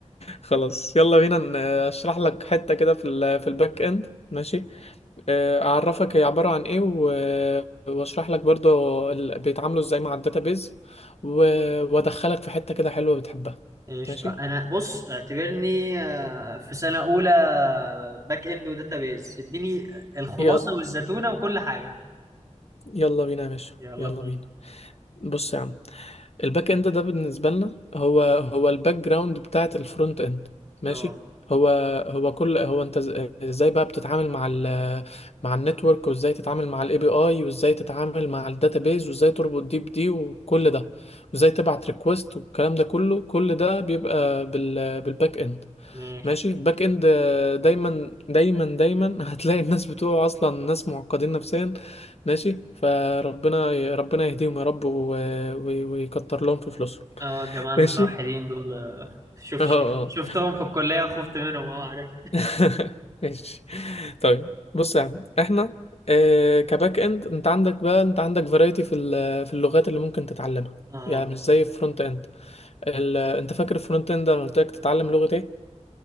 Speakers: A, on the left; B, on the right.
A: خلاص يلا بينا ن- اشرح لك حتة كده في ال في الباك اند ماشي آه، اعرفك هي عبارة عن ايه و- واشرح لك برضو ال- بيتعاملوا ازاي مع الداتابيز و- وادخلك في حتة كده حلوة بتحبها
B: قشطة
A: ماشي
B: أنا بص اعتبرني آه، في سنة أولى باك إند وداتابيز اديني الخلاصة
A: يلا
B: والزتونة وكل حاجة
A: يلا بينا يا باشا
B: يلا
A: يلا
B: بينا
A: بينا بص يا عم الباك اند ده بالنسبه لنا هو هو الباك جراوند بتاعه الفرونت اند ماشي
B: اه
A: هو هو كل هو انت إز- ازاي بقى بتتعامل مع ال مع النتورك وازاي تتعامل مع الاي بي اي وازاي تتعامل مع الداتابيز وازاي تربط دي بدي وكل ده وازاي تبعت ريكوست والكلام ده كله كل ده بيبقى بال بالباك اند
B: ماشي
A: ماشي الباك اند آه، دايما دايما دايما <laughs> هتلاقي الناس بتوعه اصلا ناس معقدين نفسيا ماشي فربنا ي- ربنا يهديهم يا رب و... و... ويكتر لهم في فلوسهم
B: اه الجماعة المتوحدين
A: ماشي
B: دول آه، شوف
A: اه اه
B: شوف شفتهم في الكلية وخفت منهم اه عارف
A: <laughs> ماشي طيب بص يا عم احنا آه، كباك اند انت عندك بقى انت عندك فرايتي في ال- في اللغات اللي ممكن تتعلمها
B: اه
A: يعني مش زي الفرونت اند ال- انت فاكر الفرونت اند انا قلت لك تتعلم لغة ايه